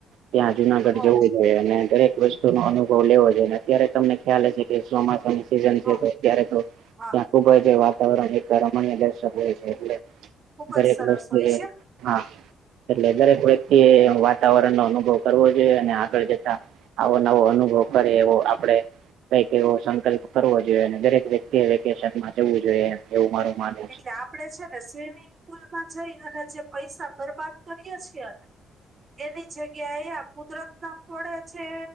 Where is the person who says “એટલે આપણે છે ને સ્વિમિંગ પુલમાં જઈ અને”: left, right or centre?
Right